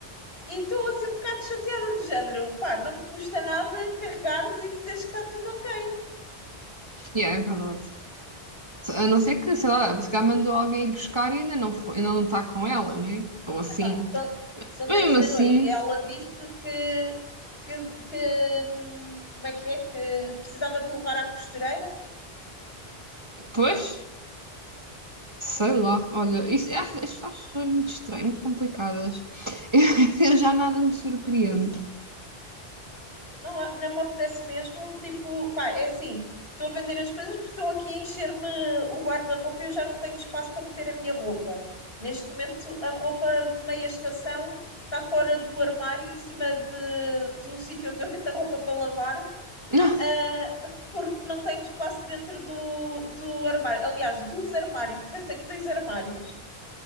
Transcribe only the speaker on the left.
e estou assim um bocado chateada do género. Pá, não te custa nada carregares e dizeres que está tudo ok.
Epá, são, são
10 da
noite e ela disse que, que, que, hum, como é que é? Que precisava de levar à costureira.
Não, não me apetece mesmo. Tipo, pá, é assim, estou a vender as coisas porque estão aqui a encher-me o guarda-roupa e eu já não tenho espaço para meter a minha roupa. Neste momento, a roupa de meia estação está fora do armário, em cima de, do sítio onde eu meto a roupa para lavar.
ah, porque não tenho espaço dentro do, do armário. Aliás, dos armários, <laughs> porque eu tenho dois armários.